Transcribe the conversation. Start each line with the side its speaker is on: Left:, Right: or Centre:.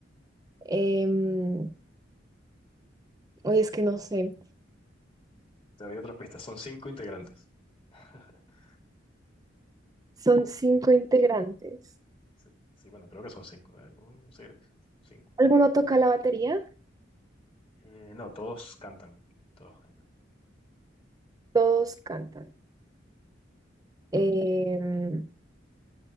Right: Em, oye, es que no sé.
Left: Te doy otra pista, son cinco integrantes. <laughs>
Right: Son cinco integrantes.
Left: Sí, sí, bueno, creo que son cinco, ¿eh? Un- sí, cinco.
Right: ¿Alguno toca la batería?
Left: Eh, no, todos cantan, todos cantan.
Right: Todos cantan. Em,